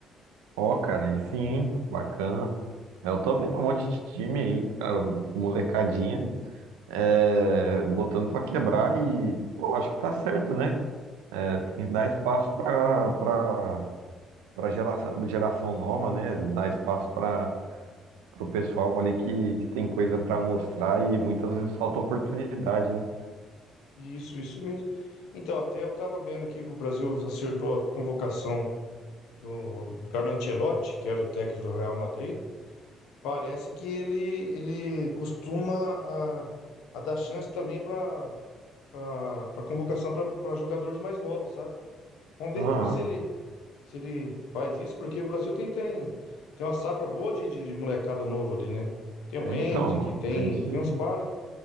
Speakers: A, on the right; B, on the left.
A: ó, cara, aí sim, hein? Bacana. É, Eu tô vendo um monte
B: Sim.
A: de time aí, cara, molecadinha, é, botando pra quebrar e, pô, acho que tá certo, né? É, tem que dar espaço para para para geração, geração nova, né? Dar espaço para o pessoal ali que, que tem coisa para mostrar e muitas vezes falta oportunidade, né?
B: Isso, isso mesmo. Então, até eu tava vendo aqui que o Brasil acertou a convocação do do Carlo Ancelotti, que era o técnico do Real Madrid, parece que ele, ele costuma a, a dar chance também para para convocação para jogadores mais novos, sabe? Vamos ver
A: Aham.
B: então se ele se ele faz isso, porque o Brasil tem tem, tem uma safra boa de, de molecada novo ali, né? Tem o
A: Então,
B: Endrick, tem
A: tem que
B: tem uns par, ali.